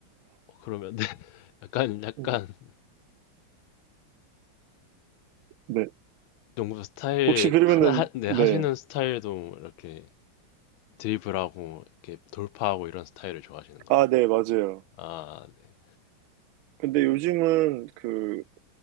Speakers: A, on the left; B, on the right.
A: 어, 그러면 네, <laughs> 약간 약간
B: <laughs> 네.
A: 농구 스타일
B: 혹시 그러면은,
A: 하나 하, 네,
B: 네.
A: 하시는 스타일도 이렇게 드리블하고 이렇게 돌파하고 이런 스타일을 좋아하시는 거예요.
B: 아, 네, 맞아요.
A: 아, 네.
B: 근데 요즘은 그,